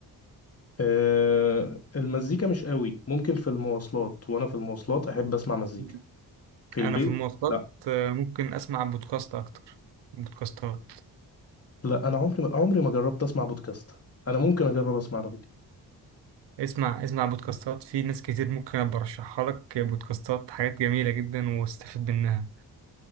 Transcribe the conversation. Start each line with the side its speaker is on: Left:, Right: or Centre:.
Left: أه المزيكا مش قوي ممكن في المواصلات وانا في المواصلات احب اسمع مزيكا
Right: مم.
Left: في البيت
Right: انا في المواصلات
Left: لا
Right: آه، ممكن اسمع بودكاست اكتر بودكاستات
Left: لا انا عمري ما عمري ما جربت اسمع بودكاست انا ممكن اجرب اسمع على فكره
Right: اسمع اسمع بودكاستات في ناس كتير ممكن أبقى ارشحها لك بودكاستات حاجات جميلة جدا واستفيد منها